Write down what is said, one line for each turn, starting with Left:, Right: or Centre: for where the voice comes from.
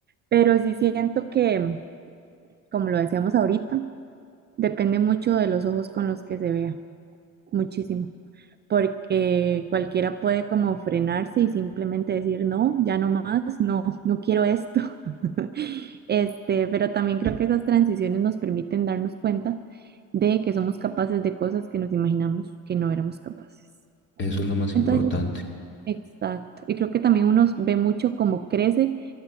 Right: Pero sí siento que, como lo decíamos ahorita, depende mucho de los ojos con los que se vea, muchísimo, porque cualquiera puede como frenarse y simplemente decir, no, ya no más, no, no quiero esto. <laughs> Este, pero también creo que esas transiciones nos permiten darnos cuenta de que somos capaces de cosas que nos imaginamos que no éramos capaces.
Left: Eso es lo más
Right: Entonces,
Left: importante.
Right: Exacto. Y creo que también uno ve mucho cómo crece